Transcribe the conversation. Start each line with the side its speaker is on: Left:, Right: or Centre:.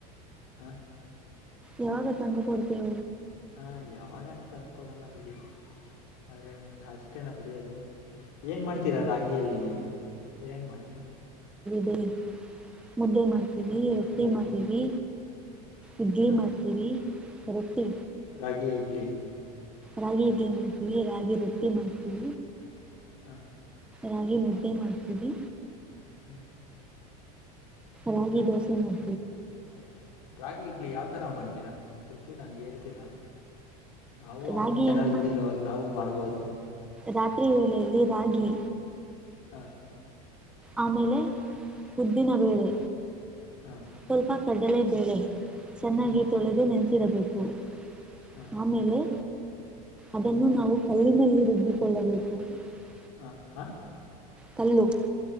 Left: ಹ.
Centre: ಯಾವಾಗ ತಂಗ ಕೊಡ್ತೀವ
Left: ಹಾ ಯಾವಾಗಾನ ತಂದ್ ಕೊಡೋಣ ಬಿಡಿ. ಅದ ಹೇಳ ಅಷ್ಟೇನ ಬೆಳಿಯೋದು ಏನ್ ಮಾಡ್ತೀರಾ ರಾಗಿ ಅ ಎಲ್ದ ನೀು ಏನೇನು ಮಾಡ್ತೀರಾ.
Centre: ದ. ಮುದ್ದೆ ಮಾಡ್ತೀವಿ
Left: ಹ
Centre: ರೊಟ್ಟಿ
Left: ರಾಗಿ
Centre: ಮಾಡ್ತೀವಿ
Left: ಮೋಹನ್
Centre: ಇಡ್ಲಿ
Left: ಹ
Centre: ಮಾಡ್ತೀವಿ. ರೊಟ್ಟಿ.
Left: ರಾಗಿ ಇಡ್ಲಿ.
Centre: ರಾಗಿ ಇಡ್ಲಿ ಮಾಡಕವಿ ರಾಗಿ ರೊಟ್ಟಿ ಮಾಡ್ಕೀ.
Left: ಹ್ಮ
Centre: ರಾಗಿ ಮುದ್ದೆ ಮಾಡ್ತೀವಿ.
Left: ಹ್ಮ್
Centre: ರಾಗಿ ದೋಸಿ ನ.
Left: ಹೌದಾ ರಾಗಿ ಇಡ್ಲಿ ಯಾವ್ ತರ ಮಾಡ್ತೀರಾ ನಮ್ ಗೊ ಇಲ್ಲ ಹಂಗೆ ಹೇಳ್ತೀರಾ ನಾವು ಅಮ್ಮಗೆ
Centre: ರಾಗಿಯನ್ನ
Left: ಚೆನ್ನಾಗಿ ಇಲ್ದಿರ ಇವಾಗ ನಾವು ಮಾಡ್ಬೋುದು.
Centre: ರಾತ್ರಿ ವೇಳೆಯಲ್ಲಿ ರಾಗಿ
Left: ಹಾ
Centre: ಆಮೇಲೆ ಉದ್ದಿನ ಬೇಳೆ
Left: ಹಾ
Centre: ಸ್ವಲ್ಪ. ಕಡಲೆಬೇಳೆ ಚೆನ್ನಾಗಿ
Left: ಹ್ಮ್
Centre: ತೊಳೆದು ನೆನೆಸಿರಬೇಕು? <unintelligible>
Left: ಹಾ
Centre: ಆಮೇಲೆ, ಅದನ್ನು, ನಾವು ಕೈನಲ್ಲಿ, ರುಬ್ಬಿಕೊಳ್ಳಬೇಕು. <unintelligible>
Left: ಹ, ಹಾ. <unintelligible>
Centre: ತಲೆನೋವು. <unintelligible>